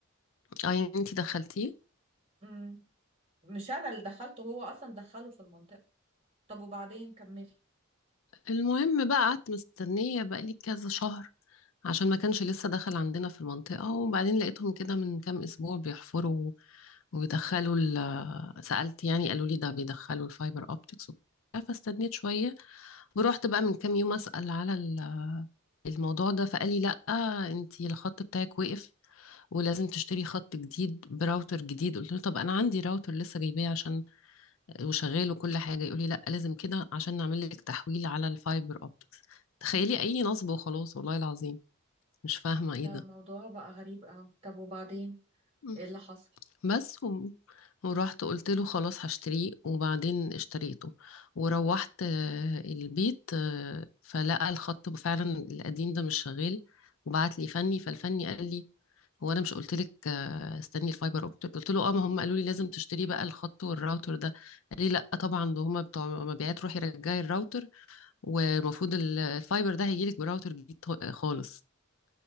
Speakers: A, on the left (about 70°); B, on the right (about 25°).
A: اه يعني انتي دخلتيه
B: امم مش انا اللي دخلته هو اصلا دخله في المنطقه طب وبعدين كملي
A: المهم بقى قعدت مستنية بقالي كذا شهر عشان ما كانش لسه دخل عندنا في المنطقة وبعدين لقيتهم كده من كام أسبوع بيحفروا وبيدخلوا ال- سألت يعني قالوا لي ده بيدخلوا الفايبر أوبتكس وبتاع، فاستنيت شوية ورحت بقى من كام يوم أسأل على ال- الموضوع ده فقال لي لأ أنتي الخط بتاعك وقف ولازم تشتري خط جديد براوتر جديد قلت له طب أنا عندي راوتر لسه جايباه عشان وشغال وكل حاجة يقولي لأ لازم كده عشان نعمل لك تحويل على الفايبر أوبتكس تخيلي أي نصب وخلاص والله العظيم مش فاهمة إيه
B: ده
A: ده
B: موضوع بقى غريب قوي طب وبعدين
A: مم.
B: ايه اللي حصل
A: بس و... ورحت قلت له خلاص هشتريه وبعدين اشتريته وروحت آه، البيت آه، فلقى الخط فعلا القديم ده مش شغال وبعت لي فني فالفني قال لي هو انا مش قلت لك آه، استني الفايبر اوبتيك قلت له اه ما هم قالوا لي لازم تشتري بقى الخط والراوتر ده قال لي لا طبعا ده هم بتوع مبيعات روحي رجعي الراوتر والمفروض ال- الفايبر ده هيجيلك براوتر جديد خ- خالص